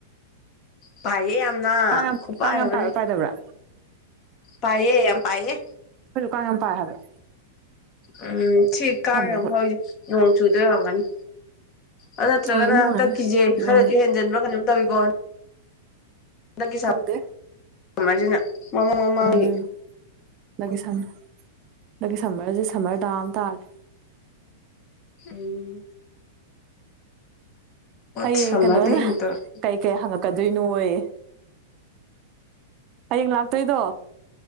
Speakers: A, on the left; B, on the right.
A: ꯐꯥꯏꯌꯦ ꯌꯥꯝꯅ
B: ꯀꯥꯡ ꯌꯥꯝ
A: ꯈꯨꯄꯥꯏ
B: ꯀꯥꯡ ꯌꯥꯝ
A: ꯑꯃꯥꯅꯦ
B: ꯄꯥꯏꯕ꯭ꯔꯥ ꯄꯥꯏꯗꯕ꯭ꯔꯥ
A: ꯄꯥꯏꯌꯦ ꯌꯥꯝ ꯄꯌꯦ
B: ꯑꯩꯈꯣꯏꯖꯨ ꯀꯥꯡ ꯌꯥꯝ ꯄꯥꯏ ꯍꯥꯏꯕꯥ
A: ꯎꯝ ꯁꯤ ꯀꯥꯡ ꯌꯥꯝ
B: ꯑꯩꯈꯣꯏ
A: ꯍꯧꯔꯤꯖꯦ ꯅꯣꯡ ꯆꯨꯗꯣꯏ ꯑꯣꯏꯔꯝꯒꯅꯤ ꯑꯗꯨ ꯅꯠꯇ꯭ꯔꯒꯅ
B: ꯑꯣꯏꯔꯝꯅꯤ
A: ꯍꯟꯇꯛꯀꯤꯖꯦ
B: ꯑꯣꯏꯔꯝꯅꯤ
A: ꯈꯔꯁꯨ
B: ꯅꯣꯡ
A: ꯍꯦꯟꯖꯤꯟꯕ꯭ꯔꯥ ꯀꯩꯅꯣꯝ ꯇꯧꯋꯤꯀꯣ ꯍꯟꯗꯛꯀꯤ
B: ꯈꯪꯗꯦ
A: ꯁꯝꯃꯔꯁꯤꯅ ꯃꯃꯥꯡ ꯃꯃꯥꯡꯒꯤ
B: ꯎꯝ ꯂꯒꯤ ꯁ ꯂꯒꯤ ꯁꯃꯔꯁ ꯁꯃꯔꯗꯥꯝ ꯇꯔ
A: ꯑꯩ
B: ꯍꯌꯦꯡ
A: ꯁꯝꯃꯔꯗ
B: ꯀꯩꯅꯣꯅ
A: ꯍꯦꯟꯇꯣꯛ
B: ꯀꯩ ꯀꯩ ꯍꯪꯉꯛꯀꯗꯣꯏꯅꯣ ꯑꯣꯏ ꯍꯌꯦꯡ ꯂꯥꯛꯇꯣꯏꯗꯣ